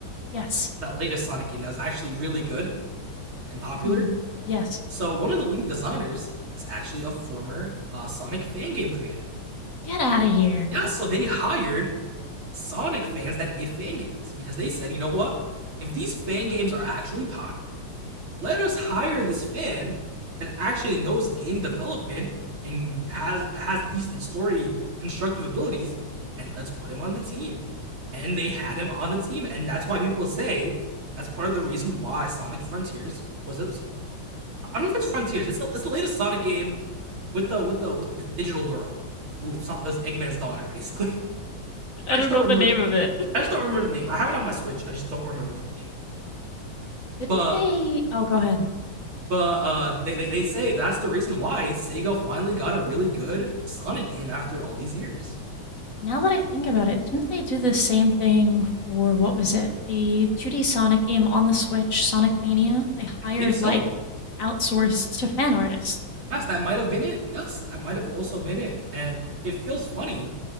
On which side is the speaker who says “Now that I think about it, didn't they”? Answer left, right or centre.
Left